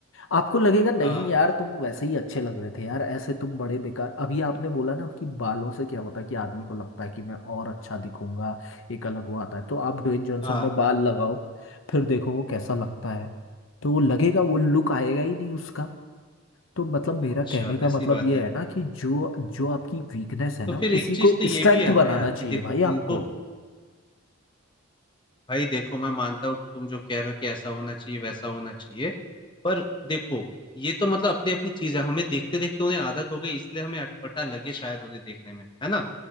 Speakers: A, on the left; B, on the left.
A: आपको लगेगा नहीं
B: हाँ
A: यार तुम वैसे ही अच्छे लग रहे थे यार ऐसे तुम बड़े बेकार अभी आपने बोला ना कि बालों से क्या होता है कि आदमी को लगता है कि मैं और अच्छा दिखूंगा एक अलग वो आता है तो आप ड्वेन जॉनसन
B: हाँ
A: में बाल लगाओ फिर देखो वो कैसा लगता है तो वो लगेगा वो लुक आएगा ही नहीं उसका तो मतलब मेरा
B: अच्छा
A: कहने का
B: ऐसी
A: मतलब
B: बात
A: ये
B: है
A: है ना कि जो जो आपकी वीकनेस है ना
B: तो फिर एक
A: उसी
B: चीज
A: को
B: तो ये
A: स्ट्रेंथ
B: भी है
A: बनाना
B: ना यार
A: चाहिए
B: कि देखो
A: भाई
B: इनको
A: आपको
B: भाई देखो मैं मानता हूँ कि तुम जो कह रहे हो कि ऐसा होना चाहिए वैसा होना चाहिए पर देखो ये तो मतलब अपनी अपनी चीज है हमें देखते देखते उन्हें आदत हो गई इसलिए हमें अटपटा लगे शायद उन्हें देखने में है ना